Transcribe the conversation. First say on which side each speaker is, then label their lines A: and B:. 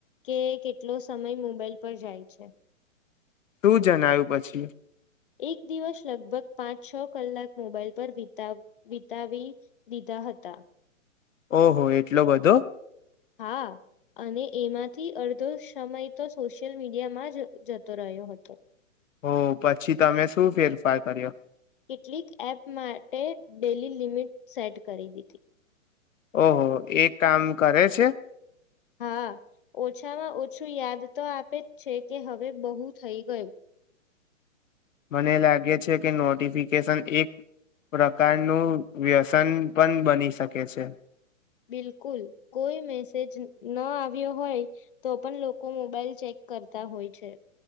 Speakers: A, on the left; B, on the left.
A: કે કેટલો સમય મોબાઈલ પર જાય છે
B: શું જણય્યું પછી
A: એક દિવસ લગભગ પાંચ છ કલાક મોબાાઈલ પર વિતાવી દીધા હતા
B: ઓહો એટલો બધો
A: હા અને એમાંથી અડધો સમય તો સોશિયલ મીડિયામાં જ જતો રહ્યો હતો
B: હો પછી તમે શું ફેરફાર કર્યો
A: કેટલીક એપ માટે ડેલી લિમિટ સેટ કરી દીધી
B: ઓહો એ કામ કરે છે
A: હા ઓછામાં ઓછું યાદ તો આપે જ છે કે હવે બહુ થઈ ગયું
B: મને લાગે છે કે નોટિફિકેશન એક પ્રકારનું વ્યસન પણ બની શકે છે
A: બિલકુલ કોઈ મેસેજ ન આવ્યો હોય તો પણ લોકો મોબાઈલ ચેક કરતા હોય છે